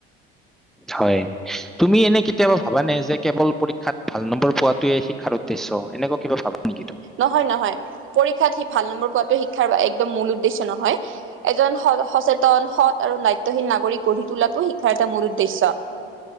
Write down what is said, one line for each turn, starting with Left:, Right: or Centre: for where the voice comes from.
Centre: হয় তুমি এনে কেতিয়াবা ভাবানে যে কেৱল পৰীক্ষাত ভাল নম্বৰ পোৱাাতয়ে শিক্ষাৰ উদ্দেশ্য এনেকুৱা কিবা ভাবা নেকি তুমি?
Right: নহয় নহয় পৰীক্ষাত ভাল নম্বৰ পোৱাতটো শিক্ষাৰ একদম মূল উদ্দেশ্য নহয় এজন স সচেতন সৎ আৰু নাট্ হীনাগৰি গঢ় তু তো শিকাৰটা মোৰ উদ্দেশ্য